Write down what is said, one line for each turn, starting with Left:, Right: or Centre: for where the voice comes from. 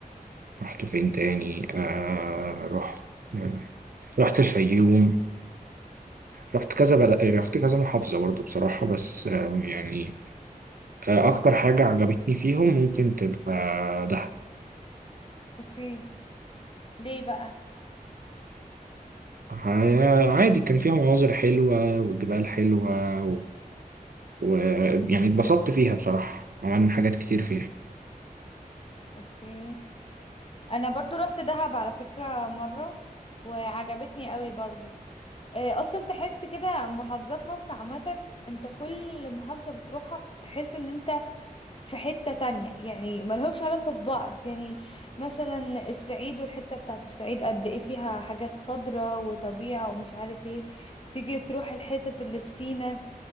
Right: رحت فين تاني آه، رحت آه، رحت الفيوم رحت كذا بل... رحت كذا محافظة برضه بصراحة بس آه، يعني آه، أكتر حاجة عجبتني فيهم ممكن تبقى دهب
Left: اوكي ليه بقى
Right: ع- عادي كان فيها مناظر حلوة وجبال حلوة ويعني و... و- يعني اتبسطت فيها بصراحة عملنا حاجات كتير فيها
Left: اوكي انا برضو رحت دهب على فكرة مرة وعجبتني قوي برضو آه، اصلا تحس كده محافظات مصر عامة انت كل محافظة بتروحها تحس ان انت في حتة تانية يعني ملهمش علاقة ببعض يعني مثلا الصعيد والحتة بتاعت الصعيد قد ايه فيها حاجات خضرة وطبيعة ومش عارف ايه تيجي تروح الحتة اللي في سينا